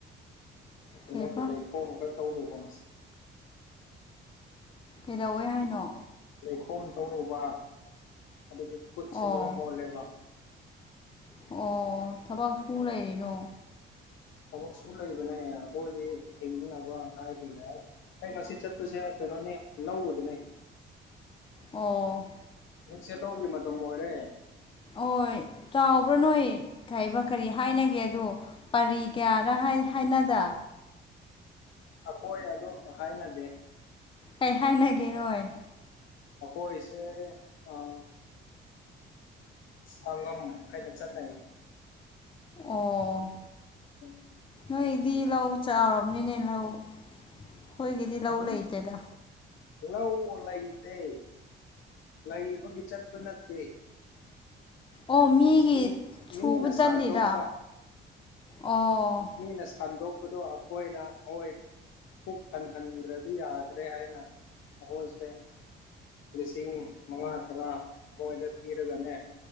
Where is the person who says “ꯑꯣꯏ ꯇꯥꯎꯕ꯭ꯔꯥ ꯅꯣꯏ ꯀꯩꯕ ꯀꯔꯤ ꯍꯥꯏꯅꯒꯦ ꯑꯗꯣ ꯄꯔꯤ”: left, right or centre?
Left